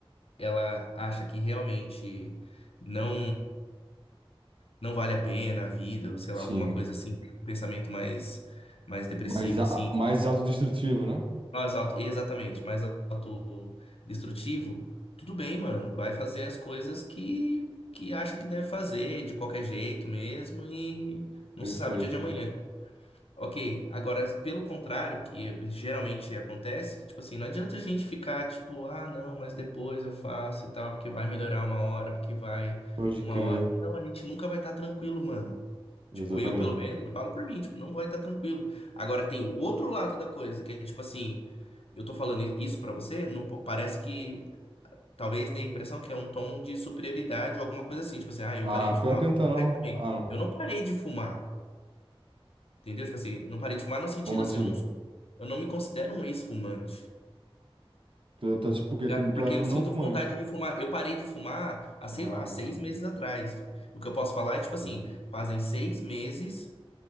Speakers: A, on the left; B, on the right.
A: ela acha que realmente não não vale a pena a vida, ou sei
B: sim.
A: lá, alguma coisa assim, um pensamento mais mais depressivo
B: Mais, a-
A: assim,
B: mais autodestrutivo, né?
A: mais alto, exatamente, mais autodestrutivo, tudo bem, mano. Vai fazer as coisas que, que acha que deve fazer, de qualquer jeito mesmo, e não
B: Perfeito.
A: se sabe o dia de amanhã. Ok, agora, pelo contrário, que geralmente acontece, tipo assim, não adianta a gente ficar tipo, ah, não, mas depois eu faço e tal, porque vai melhorar uma hora, porque vai
B: Pode
A: uma
B: crer.
A: hora. Não, a gente nunca vai estar tranquilo, mano. Tipo,
B: Exatamente.
A: eu, pelo menos, falo por mim, tipo, não vai estar tranquilo. Agora, tem o outro lado da coisa, que é tipo assim, eu tô falando isso pra você, não po- parece que talvez dê a impressão que é um tom de superioridade ou alguma coisa assim, tipo assim, ah, eu
B: Ah,
A: parei de fumar,
B: pior que
A: você
B: não tá, não.
A: vai também.
B: Ah, não.
A: Eu não parei de fumar. Entendeu? Tipo assim, não parei de fumar no sentido
B: Como assim?
A: assim, eu não, eu não me considero um ex-fumante.
B: Tu, tu, tipo, por quê?
A: tá?
B: Tu, tu
A: Porque
B: é um
A: eu sinto
B: não fumante.
A: vontade de fumar. Eu parei de fumar há, sei
B: Ah,
A: lá, seis
B: sim.
A: meses atrás. O que eu posso falar é, tipo assim,
B: Sim, sim.
A: fazem seis meses,